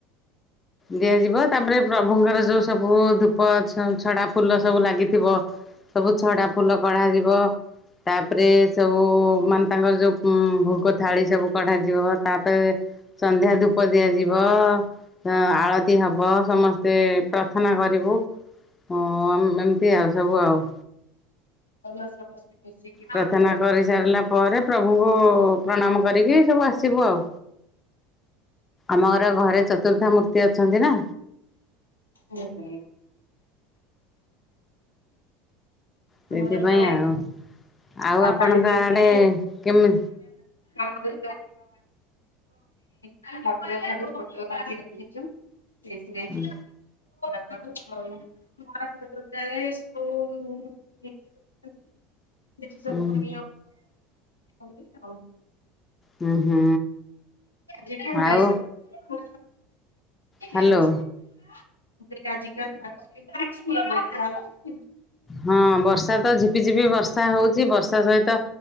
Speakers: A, on the left; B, on the left.
A: ଦିଆଯିବ ତାପରେ। ପ୍ରଭୁଙ୍କର ଯୋଉ ସବୁ ଧୂପ ଛଡା ଫୁଲ ସବୁ ଲାଗିଥିବ। ସବୁ ଛଡା ଫୁଲ କଢା ଯିବ। ତାପରେ ସବୁ ମାନେ ତାଙ୍କର ଯୋଉ ଭୋଗ ଥାଳି ସବୁ କଢାଯିବ ତାପରେ ସନ୍ଧ୍ୟା ଧୁପ ଦିଆଯିବ। ଆଳତି ହବ ସମସ୍ତେ ପ୍ରାର୍ଥନା କରିବୁ। ହଁ ଏମିତି ଆଉ ସବୁ ଆଉ।
B: ଭଲ। ମିଶିକି ଟିକେ
A: ପ୍ରାର୍ଥନା କରି ସାରିଲା ପରେ ପ୍ରଭୁଙ୍କୁ ପ୍ରଣାମ କରିକି ସବୁ ଆସିବୁ ଆଉ। ଆମ ଘର ଘରେ ଚତୁର୍ଧା ମୂର୍ତ୍ତି ଅଛନ୍ତି ନା।
B: ହୁଁ ହୁଁ।
A: ସେଇଥିପାଇଁ
B: ମୁର ତ
A: ଆଉ। ଆଉ
B: ମକା
A: ଆପଣଙ୍କ
B: <inaudible> ବାହାର
A: ଆଡେ
B: ତ
A: କେମି
B: ଆମେୁ ଫଛୁ <unintelligible> ସେ ସେ <inaudible>
A: ଉଁ
B: େଶ <inaudible> ସେଠି ସବୁ
A: ହୁଁ
B: ଆଉ <inaudible>
A: ହୁଁ ହୁଁ।
B: ଆ କ କରଷଠିକ
A: ଆଉ ହ୍ୟାଲୋ
B: <inaudible> ଆଜିିକାଛିଛି <inaudible>
A: ହଁ ବର୍ଷା ତ ଝିପି ଝିପି ବର୍ଷା ହଉଚି ବର୍ଷା ସହିତ